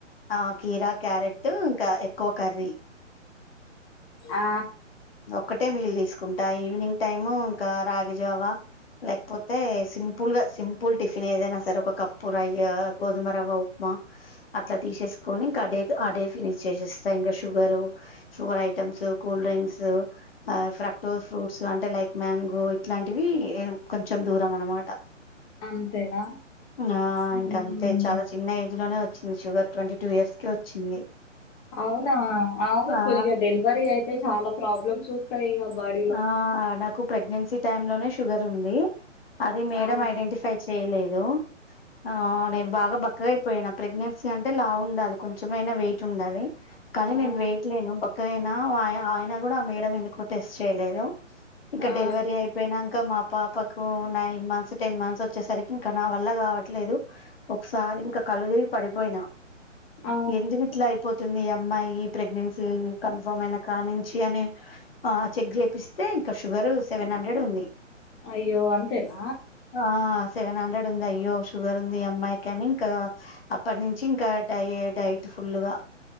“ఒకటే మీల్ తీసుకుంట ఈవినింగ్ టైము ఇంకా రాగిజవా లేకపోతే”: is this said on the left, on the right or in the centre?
Left